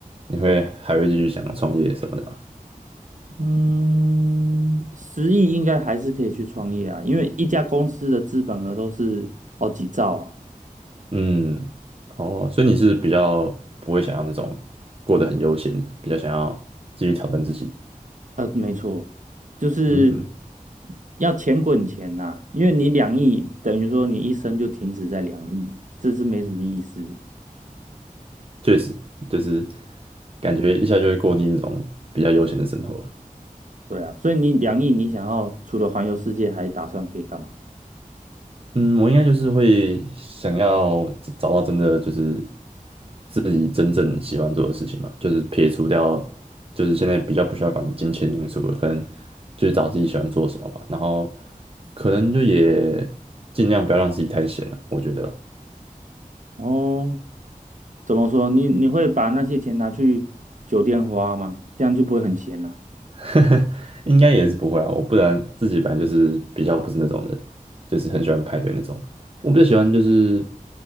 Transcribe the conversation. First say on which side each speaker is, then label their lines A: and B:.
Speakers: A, on the right (about 40°); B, on the right (about 60°).
A: 你会还会继续想创业什么的吗？
B: 嗯，十亿应该还是可以去创业啊，因为一家公司的资本额都是好几兆啊。
A: 嗯，哦，所以你是比较不会想要那种过得很悠闲的，比较想要继续挑战自己的
B: 呃，没错，就是
A: 嗯，
B: 要钱滚钱呐、因为你两亿等于说你一生就停止在两亿，这是没什么意思。
A: 确实，就是感觉一下就会过腻那种比较悠闲的生活了。
B: 对啊，所以你两亿，你想要除了环游世界，还打算可以干嘛？
A: 嗯，我应该就是会想要找找到真的就是自己真正喜欢做的事情嘛，就是撇除掉就是现在比较不需要管金钱因素了，可能就是找自己喜欢做什么吧，然后可能就也尽量不要让自己太闲了，我觉得啦
B: 哦，怎么说？你你会把那些钱拿去酒店花吗？这样就不会很闲了。
A: <laughs> 应该也是不会啊，我不然自己本来就是比较不是那种人，就是很喜欢派对那种。我比较喜欢就是